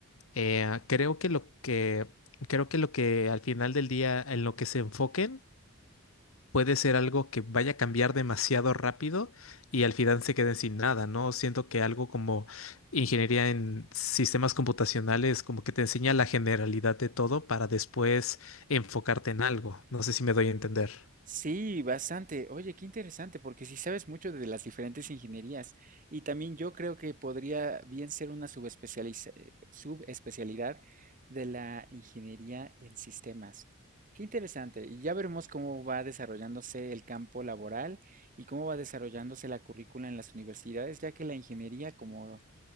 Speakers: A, on the left (about 70°); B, on the right (about 35°).
A: eh, creo que lo que, creo que lo que al final del día en lo que se enfoquen puede ser algo que vaya a cambiar demasiado rápido y al final se queden sin nada, ¿no? Siento que algo como ingeniería en sistemas computacionales como que te enseña la generalidad de todo para después enfocarte en algo. No sé si me doy a entender.
B: Sí, bastante. Oye, qué interesante, porque sí sabes mucho de las diferentes ingenierías. Y también yo creo que podría bien ser una subespecializa- eh, subespecialidad de la ingeniería en sistemas. Qué interesante. Y ya veremos cómo va desarrollándose el campo laboral y cómo va desarrollándose la currícula en las universidades, ya que la ingeniería, como